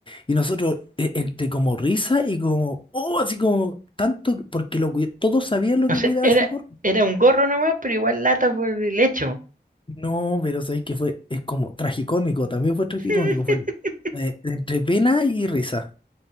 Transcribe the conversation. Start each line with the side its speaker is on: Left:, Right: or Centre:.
Left: Y nosotros, e- entre como risa y como, oh, así como tanto, que- porque lo cuid- todos sabían lo
Right: O
Left: que
Right: sea,
Left: cuidaba
Right: era,
Left: ese cuerpo.
Right: era un gorro nomás, pero igual lata por el hecho.
Left: No, pero sabéis que fue, es como tragicómico, también fue tragicómico,
Right: <laughs>
Left: fue eh, entre pena y risa.